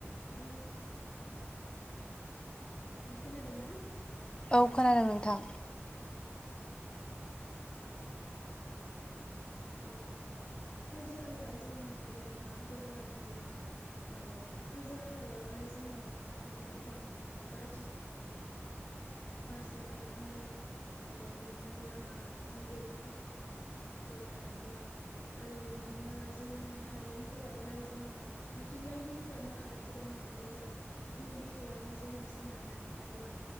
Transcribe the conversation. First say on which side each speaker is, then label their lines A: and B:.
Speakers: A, on the left; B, on the left.
A: बुंनो नोंथां खोनादों ना?
B: औ खोनादों नोंथां।
A: औ
B: <inaudible>
A: हाजो हाला जोंनि मिथिंगायावहा हाजो हाला थायो ओ हाजो हालायावहाय जोङो बिदिनो गोबां दा आथिखाल मा सिमफायनानै ओ बिदिनो लामा नोगोर फोर बानायदों आरो बिदिनो जोंनि हायेनफोरावहाय जोङो मिथिंगानि बिखायावनो आबादखौ मावनानै <unintelligible> दानि बिखायावनो जोङो सोनारनानै थादों